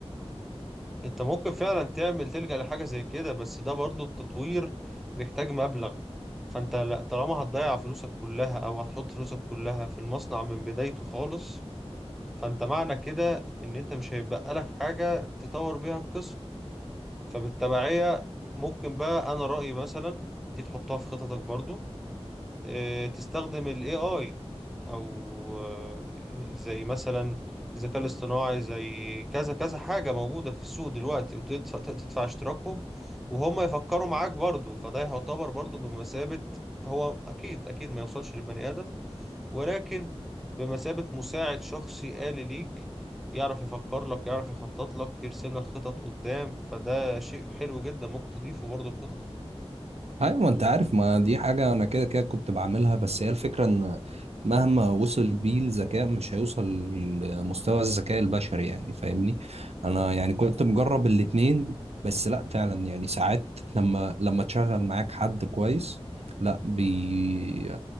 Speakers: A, in the centre; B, on the right.
A: أنت ممكن فعلا تعمل تلجأ لحاجة زي كده بس ده برضو التطوير بيحتاج مبلغ فأنت لا- طالما هتضيع فلوسك كلها أو هتحط فلوسك كلها في المصنع من بدايته خالص فأنت معنى كده إن أنت مش هيبقى لك حاجة تطور بيها القسم فبالتبعية ممكن بقى أنا رأيي مثلا دي تحطها في خططك برضو آه، تستخدم ال AI أو آه، زي مثلا الذكاء الاصطناعي زي كذا كذا حاجة موجودة في السوق دلوقتي وتدفع تدفع اشتراكهم وهم يفكروا معاك برضو فده يعتبر برضو بمثابة هو أكيد أكيد ما يوصلش للبني آدم ولكن بمثابة مساعد شخصي آلي ليك يعرف يفكر لك يعرف يخطط لك يرسم لك خطط قدام فده شيء حلو جدا ممكن تضيفه برضه لخططك
B: ايوه ما انت عارف ما دي حاجه انا كده كده كنت بعملها بس هي الفكره ان مهما وصل بيه الذكاء مش هيوصل لمستوى الذكاء البشري يعني فاهمني انا يعني كنت مجرب الاتنين بس لا فعلا يعني ساعات لما لما تشغل معاك حد كويس لا بي